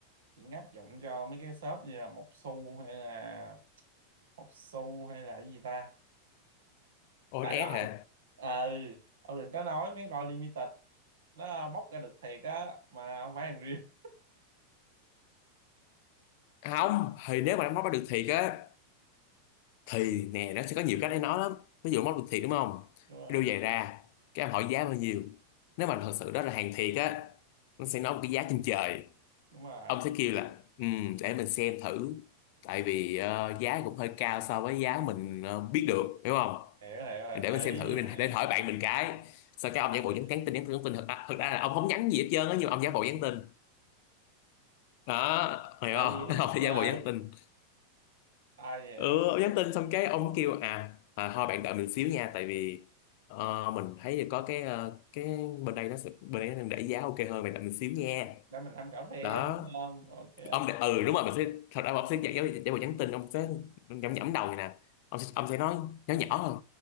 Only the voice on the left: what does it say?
OSS
hả
không thì nếu mà nó móc bắt được thiệt á thì nè nó sẽ có nhiều cách để nói lắm ví dụ móc được thiệt đúng không
đưa giày ra cái em hỏi giá bao nhiêu nếu mà thật sự đó là hàng thiệt á nó sẽ nói một cái giá trên trời
ông sẽ kêu là ừ, để mình xem thử tại vì ờ, giá cũng hơi cao so với giá mình ờ, biết được hiểu không
để mình xem thử mình
để hỏi
bạn mình cái sau cái ông giả
bộ nhắn nhắn tin nhắn tin nhắn tin thật, thật ra là ông không nhắn gì hết trơn á nhưng mà ông giả bộ nhắn tin đó hiểu
không
<laughs> ông phải
giả bộ nhắn tin
ừ ông nhắn tin xong cái ông kêu à, à thôi bạn đợi mình xíu nha tại vì ờ, mình thấy là có cái ờ, cái bên đây nó sẽ bên đây nó đang để giá ok hơn bạn đợi mình xíu nha
đó
ông để, ừ đúng rồi mình sẽ thật ra ông sẽ giả, giả, giả bộ nhắn tin ông sẽ nhẩm nhẩm đầu này nè ông sẽ, ông sẽ nói nhỏ nhỏ hơn